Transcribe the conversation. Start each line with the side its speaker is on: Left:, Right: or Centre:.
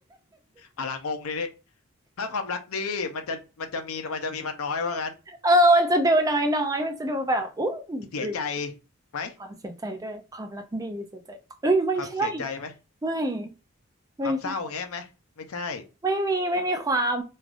Left: อะลางงทีนี้ถ้าความรักดีมันจะมันจะมีมันจะมีมันน้อยว่างั้น
Right: เออมันจะดูน้อยๆมันจะดูแบบอู้
Left: เสียใจ
Right: หรือ
Left: ไหม
Right: ความเสียใจด้วยความรักดีเสียใจเอ้ยไม่ใช่
Left: ความเสียใจไหม
Right: ไม่ไม่ใช่
Left: ความเศร้าแง่ไหมไม่ใช่
Right: ไม่มีไม่มีความ